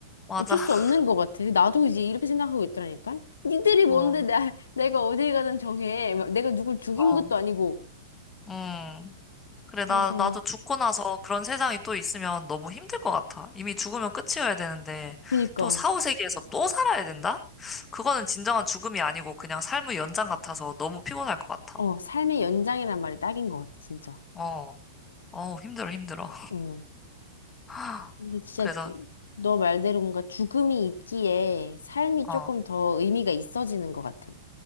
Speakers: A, on the left; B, on the left.
A: 맞아.
B: 어쩔 수
A: <laughs>
B: 없는 것 같아. 나도 이제 이렇게 생각하고 있더라니까. 니들이 뭔데
A: 어,
B: 나, 내가 어딜 가든 정해. 막 내가 누굴 죽인
A: 어,
B: 것도 아니고.
A: 음. 그래,
B: 그래서
A: 나, 나도 죽고 나서 그런 세상이 또 있으면 너무 힘들 것 같아. 이미 죽으면 끝이어야 되는데,
B: 그니까
A: 또 사후세계에서 또 살아야 된다? 그거는 진정한 죽음이 아니고 그냥 삶의 연장 같아서 너무 피곤할 것 같아.
B: 어 삶의 연장이란 말이 딱인 것 같아 진짜.
A: 어, 어, 힘들어, 힘들어.
B: 어
A: <laughs>
B: 근데 진짜
A: 그래서,
B: 너 말대로 뭔가 죽음이 있기에 삶이 조금
A: 어,
B: 더 의미가 있어지는 것 같아.